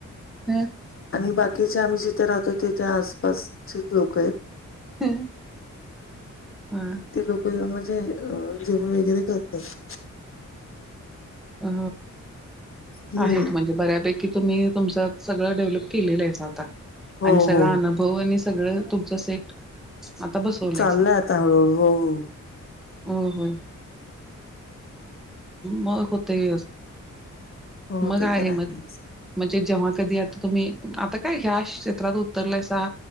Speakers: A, in the centre; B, on the left (about 45°).
A: हम
B: आणि बाकीचे आम्ही जिथे राहतो तेिथ आसपासचेच लोक आहेत
A: हम्म हा
B: ते लोक म्हणजे जेवण वगैरे करतात
A: अ
B: हं.
A: आहेत म्हणजे बऱ्यापैकी तुम्ही तुमच सगळं डेव्हलप केलेलं आहे आता
B: हो
A: आणि सगन
B: हो.
A: भाऊ आणि सगळं तुमच सेट आता बसवलायचा
B: चाललंय आता हळूहळू. हो हो.
A: हो होम् मग होते व्याव
B: हो
A: मग
B: ते
A: आहे
B: तर आहेच.
A: मग म्हणजे जेव्हा कधी आता तुम्ही आता काय ह्या क्षेत्रात उतरलायचा